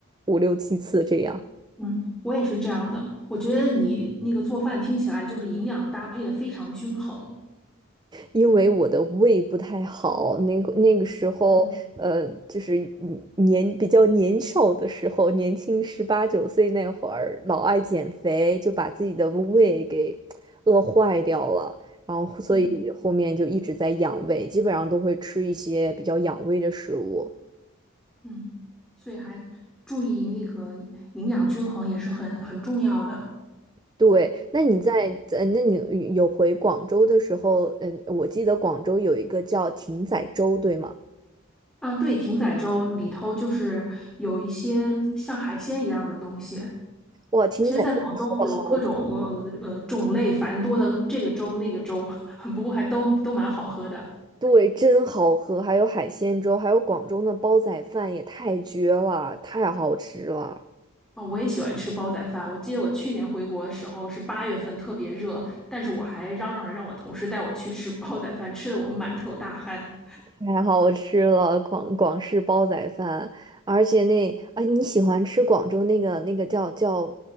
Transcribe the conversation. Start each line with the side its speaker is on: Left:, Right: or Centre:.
Right: 五六七次这样。
Centre: 嗯，我也是这样的。我觉得你那个做饭听起来就是营养搭配的非常均衡。
Right: 因为我的胃不太好，那个那个时候，
Centre: 嗯
Right: 呃，就是嗯年比较年少的时候，年轻十八九岁那会儿，老爱减肥，就把自己的胃给饿坏掉了，然后所以后面就一直在养胃，
Centre: 嗯
Right: 基本上都会吃一些比较养胃的食物。
Centre: 嗯，所以还注意那个营养均衡也是很很重要的。
Right: 对，那你在呃，那你有回广州的时候，嗯，我记得广州有一个叫艇仔粥，对吗？
Centre: 啊，对，艇仔粥里头就是有一些像海鲜一样的东西。
Right: 哇，艇仔粥特好
Centre: 其实，在广东有各种呃呃种类繁多的这个粥那个粥，<laughs> 不过还都都蛮好喝的。
Right: 对，真好喝，还有海鲜粥，还有广州的煲仔饭也太绝了，太好吃了，
Centre: 啊、我也喜欢吃煲仔饭。我记得我去年回国的时候是八月份，特别热，但是我还嚷嚷着让我同事带我去吃煲仔饭，吃的我们满头大汗。
Right: 太好吃了，广广式煲仔饭，而且那啊，你喜欢吃广州那个那个叫叫，